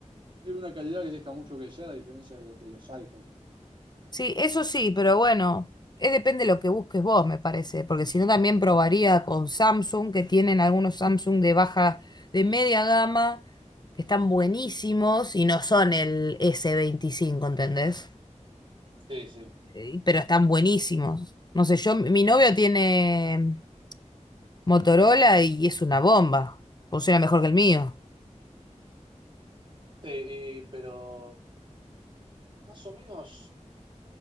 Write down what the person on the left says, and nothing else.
Sí, eso sí, pero bueno, eh, depende de lo que busques vos, me parece, porque si no también probaría con Samsung, que tienen algunos Samsung de baja, de media gama, que están buenísimos y no son el s veinticinco, ¿entendés?
Eh, Pero están buenísimos. No sé, yo, mi novio tiene Motorola y es una bomba, funciona mejor que el mío.